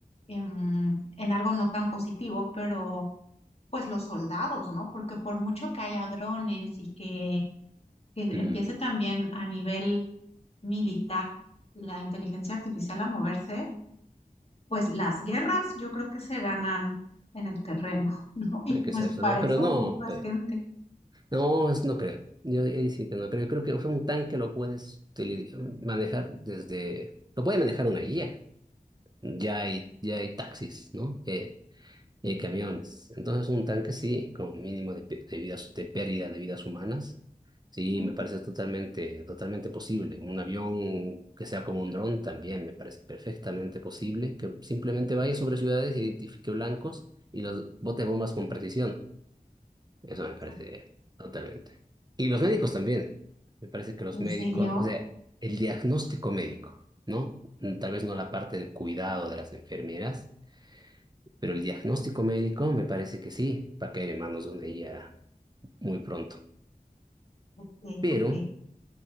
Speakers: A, on the left; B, on the right.
A: em, en algo no tan positivo, pero pues los soldados, ¿no? Porque por mucho que haya drones y que, que empiece
B: mm,
A: también a nivel militar la inteligencia artificial a moverse, pues las guerras yo creo que se ganan en el terreno, <laughs> ¿no? Y
B: Hay
A: pues
B: que hacer eso,
A: para
B: ¿no? Pero
A: eso
B: no,
A: ocupas gente.
B: No, es, no creo. Yo ahí sí que no creo. Yo creo que o sea, un tanque lo puedes utili- manejar desde. Lo puede manejar una guía. Ya hay, ya hay taxis, ¿no? Eh, y hay camiones. Entonces, un tanque sí, con mínimo de, pe- de vidas, de pérdida de vidas humanas. Sí,
A: ¿no?
B: me parece totalmente, totalmente posible. Un avión que sea como un dron también me parece perfectamente posible. Que simplemente vaya sobre ciudades, identifique blancos y los bote bombas con precisión. Eso me parece
A: Ok.
B: totalmente. Y los médicos también. Me parece que los
A: ¿En
B: médicos,
A: serio?
B: o sea, el diagnóstico médico, ¿no? Mm, Tal vez no la parte del cuidado de las enfermeras, pero el diagnóstico médico me parece que sí, va a caer en manos de una IA muy pronto.
A: Ok,
B: Pero,
A: ok.